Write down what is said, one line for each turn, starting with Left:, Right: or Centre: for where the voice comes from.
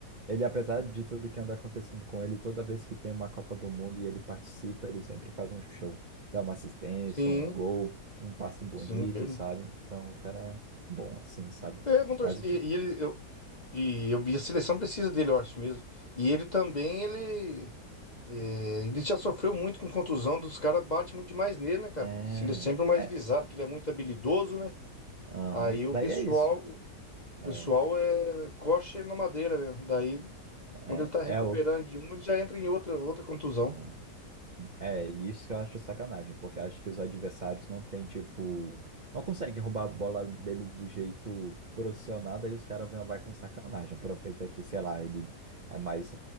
Right: Ele, apesar de tudo que anda acontecendo com ele, toda vez que tem uma Copa do Mundo e ele participa, ele sempre faz um show. Dá uma assistência,
Left: Sim,
Right: um gol, um passe bonito,
Left: sim. ele-
Right: sabe? Então o cara é bom assim, sabe?
Left: É, vão torcer.
Right: Mas o time.
Left: E, e ele, eu, e eu, e a seleção precisa dele, eu acho mesmo. E ele também, ele, é, ele já sofreu muito com contusão, dos caras bate muito demais nele, né, cara?
Right: É.
Left: Se Ele é sempre o mais
Right: É.
Left: visado, que ele é muito habilidoso, né?
Right: Aham.
Left: Aí o
Right: Daí
Left: pessoal,
Right: é isso.
Left: o
Right: É.
Left: pessoal é, coxa ele na madeira mesmo. Daí, quando
Right: É
Left: ele tá recuperando
Right: é o.
Left: de uma, ele já entra em outra, outra contusão.
Right: é. É, e isso eu acho sacanagem, porque acho que os adversários não têm, tipo, não conseguem roubar a bola dele do jeito profissional, daí os caras vão vai com sacanagem. Aproveita que, sei lá, ele é mais